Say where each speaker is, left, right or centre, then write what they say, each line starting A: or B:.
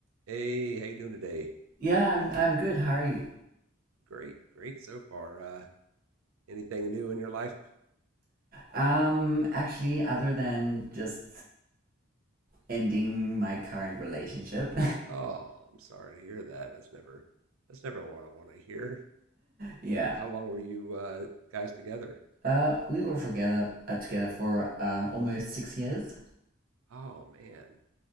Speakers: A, on the right; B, on the right.
A: Hey, how you doing today?
B: Yeah, I'm I'm good. How are you?
A: Great, great so far. Uh, anything new in your life?
B: Um, actually, other than just ending my current relationship,
A: Oh, I'm sorry to hear that. That's never, that's never what I want to hear.
B: <laughs> yeah.
A: Uh, how long were you uh, guys together?
B: Uh, we were together uh, together for um almost six years.
A: Oh man,